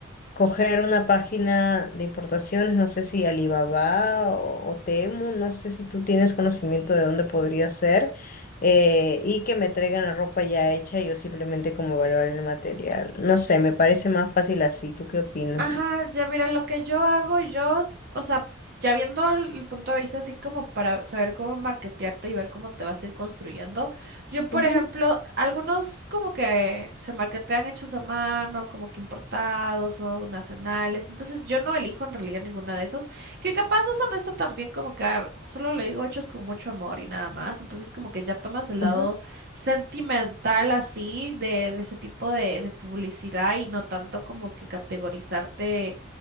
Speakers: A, on the left (about 45°); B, on the right (about 50°).
A: coger una página de importaciones, no sé si Alibaba o, o Temu, no sé si tú tienes conocimiento de dónde podría ser, eh, y que me traigan la ropa ya hecha y yo simplemente como evaluar el material. No sé, me parece más fácil así. ¿Tú qué opinas?
B: Ajá, ya mira, lo que yo hago, yo, o sea, ya viendo el el punto de vista así como para saber cómo marketearte y ver cómo te vas a ir construyendo, yo, por
A: Ujú,
B: ejemplo, algunos como que se marketean hechos a mano, como que importados o nacionales, entonces yo no elijo en realidad ninguno de esos, que capaz eso no está tan bien como que ah, solo le digo hechos con mucho amor y nada más, entonces como que ya tomas el lado
A: ujú,
B: sentimental así de, de ese tipo de, de publicidad y no tanto como que categorizarte